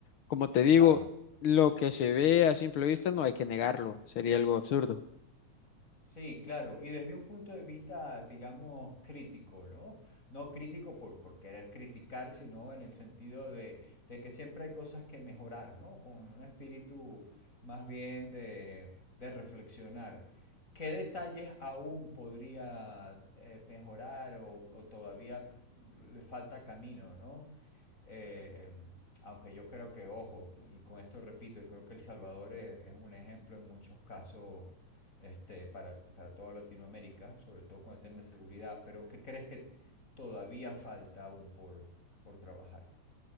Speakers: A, on the left; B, on the left.
A: como te digo,
B: claro.
A: lo que se ve a simple vista no hay que negarlo, sería algo absurdo.
B: Sí, claro, y desde un punto de vista, digamos, crítico, ¿no? No crítico por, por querer criticar, sino en el sentido de, de que siempre hay cosas que mejorar, ¿no? Con un espíritu más bien de, de reflexionar. ¿Qué detalles aún podría eh, mejorar o, o todavía le falta camino, ¿no? Eh, aunque yo creo que, ojo, y con esto repito, yo creo que El Salvador es, es un ejemplo en muchos casos este, para, para toda Latinoamérica, sobre todo con el tema de seguridad, pero ¿qué crees que todavía falta aún por, por trabajar?